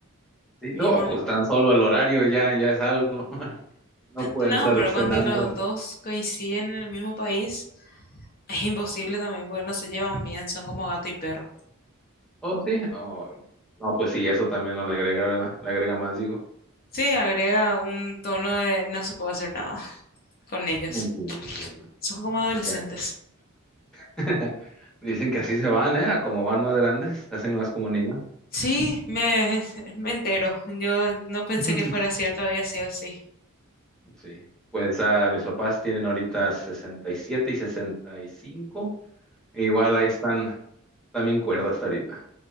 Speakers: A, in the centre; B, on the left.
A: Sí,
B: Mi
A: no,
B: mamá.
A: pues tan solo el horario ya, ya es algo. <laughs> No pueden
B: No,
A: estar
B: pero
A: cenando.
B: cuando los
A: en-
B: dos coinciden en el mismo país, es imposible también, porque no se llevan bien, son como gato y perro.
A: Oh, sí. Oh, no, pues sí, eso también no le agrega, ¿verdad? Le agrega más, digo.
B: Sí, agrega un tono de no se puede hacer nada <laughs> con ellos.
A: Entiendo, entiendo.
B: Son como
A: No,
B: adolescentes.
A: pues ya. <laughs> Dicen que así se van, ¿eh? A como van más grandes, se hacen más como niños.
B: Sí, me, me entero. Yo no pensé
A: <laughs>
B: que fuera cierto, había sido así.
A: Sí. Pues ah, mis papás tienen ahorita sesenta y siete y y sesenta y cinco Igual ahí están también cuerdas hasta ahorita.